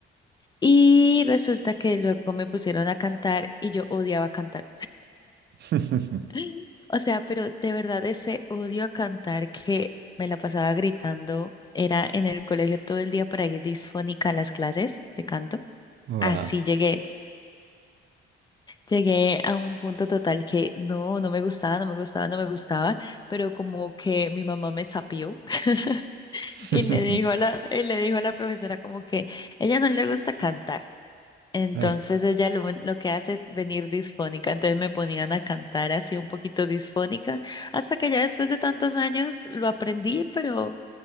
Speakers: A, on the left; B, on the right.
A: Y resulta que luego me pusieron a cantar y yo odiaba cantar.
B: <laughs>
A: <laughs> O sea, pero de verdad ese odio a cantar que me la pasaba gritando, era en el colegio todo el día para ir disfónica a las clases de canto.
B: Wow.
A: Así llegué. Llegué a un punto total que no, no me gustaba, no me gustaba, no me gustaba, pero como que mi mamá me sapió <laughs>
B: <laughs>
A: y le dijo a la, y le dijo a la profesora como que ella no le gusta cantar. Entonces
B: Ok,
A: ella lo, lo que hace es venir disfónica. Entonces me ponían a cantar así un poquito disfónica, hasta que ya después de tantos años lo aprendí, pero,